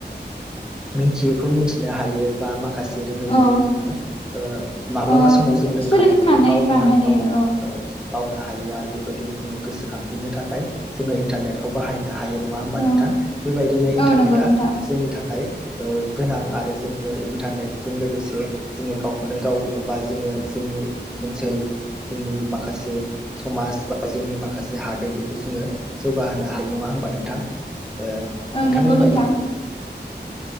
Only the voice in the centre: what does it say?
मिन्थियैखौ मिन्थिनो हायो बा माखासे रोङैफोरखौ
जोङो ओ माब्लाबा
समाव जों रो
खानायखौबो बावनो
हा
बावनो थाङो। औ बावनो हायो आरो बेबायदिनो जोङो गोसोखांफिननो थाखाय जोङो इन्टारनेटखौ बाहायनो हायो नङा होमबा
नोंथां बेबायदिनो इन्टारनेटआ
जोंनि थाखाय ओ गोनां आरो जोङो इन्टारनेटजों लोगोसे जोङो गावखौनो गाव बा जोङो जों जोंनि ओनसोल जोंनि माखासे समाज बा जोंनि माखासे हादोर बेखौ जोङो। जौगाहोनो हायो नङा हबा नोंथां? ओ
नोंथांनि
बायदि